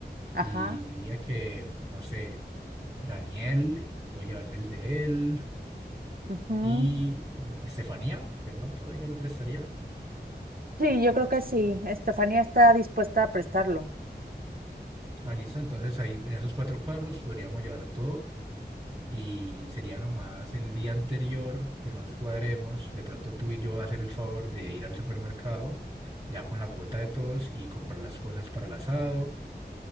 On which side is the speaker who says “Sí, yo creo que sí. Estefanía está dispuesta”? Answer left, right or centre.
Right